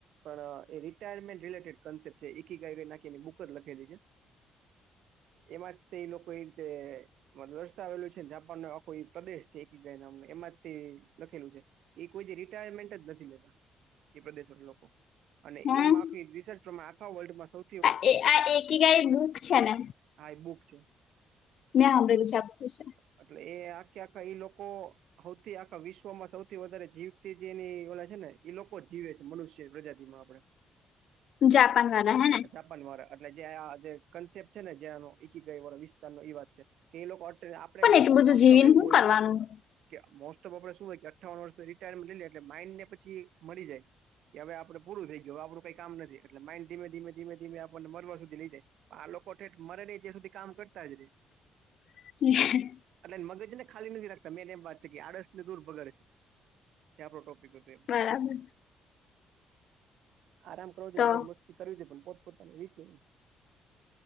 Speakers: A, on the right (about 80°); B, on the left (about 65°).
A: પણ એ રિટાયરમેન્ટ રિલેટેડ કોન્સેપ્ટ છે એક <unintelligible> બુક જ લખેલી છે. એમાં જ તે એ લોકો એ રીતે મદરસે આવેલું છે ને જાપાન આ કો પ્રદેશ છે <unintelligible> નામ નહી એમાં તે લખેલું છે એ કોઈ દિ રિટાયરમેન્ટ જ નથી લેતા એ પ્રદેશો લોકો અને
B: હમ
A: એમાં આખી રિસર્ચ પ્રમાણે આખા વર્લ્ડમાં સૌ
B: આ એ આ એકી ગાય બૂક છે ને
A: હા એ બુક છે.
B: <unintelligible> આપશે
A: આ તો એ આખે આખા એ લોકો હૌથી આખા વિશ્વમાં સૌથી વધારે જીવતી જેની ઓલા છે ને એ લોકો જીવે છે મનુષ્ય પ્રજાતિ માં આપડે
B: જાપાન વાળા હેને
A: ન વાળા એટલે જે આ જે કન્સેપ છે ને જયાનો <unintelligible> ન એ વાત છે કે એ લોકો <unintelligible>
B: એટલું બધું
A: મોસ્ટ
B: જીવીને
A: ઓફ એવું
B: શું
A: હોય
B: પણ <unintelligible>
A: કે મોસ્ટ ઓફ આપડે શું હોય કે અઠ્ઠાવન વર્ષ રિટાયરમેન્ટ લઈએ એલે માઇન્ડને પછી મળી જાય કે હવે આપણે પૂરું થઈ ગયું આપડું કઈ કામ નથી એટલે માઇન્ડ ધીમે ધીમે ધીમે ધીમે આપણને મરવા સુધી લઈ જાય. આ લોકો ઠેઠ મરે નહી ત્યાં સુધી કામ કરતા જ રે
B: <inaudible> <unintelligible>
A: એટલે મગજ ને ખાલી નથી રાખતા મેન એમ વાત છે કે આડસ ને દૂર બગાડશે આપડો ટોપિક હતો.
B: બરાબર
A: આરામ કરોજો
B: તો
A: મોજ મસ્ત કર્યું છે પણ પોત પોતાની રીતે